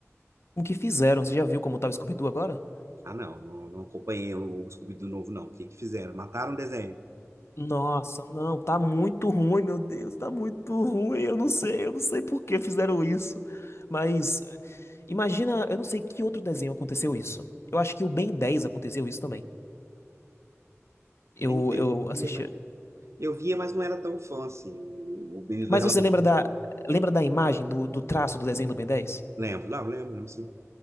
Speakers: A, on the left; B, on the right.
A: o que fizeram. Você já viu como tá o Scooby-Doo agora?
B: Ah, não, não, não acompanhei o Scooby-Doo novo, não. O que que fizeram? Mataram o desenho.
A: Nossa, não, tá muito ruim, meu Deus, tá muito ruim. Eu não sei, eu não sei por que fizeram isso. Mas imagina, eu não sei que outro desenho aconteceu isso. Eu acho que o Ben Dez aconteceu isso também. Eu,
B: Nem 10
A: eu assisti.
B: dias, mas. Eu via, mas não era tão fã assim. O Menino
A: Mas
B: do Relógio.
A: você lembra da, lembra da imagem, do, do traço do desenho do Ben Dez?
B: Lembro, não, lembro, lembro assim.